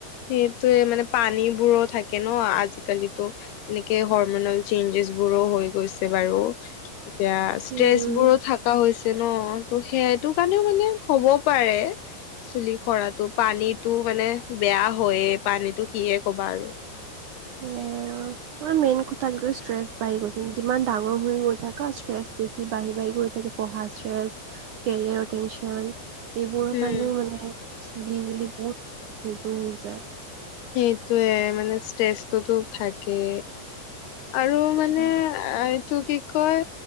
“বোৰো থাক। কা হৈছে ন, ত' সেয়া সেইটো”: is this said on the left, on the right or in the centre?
Left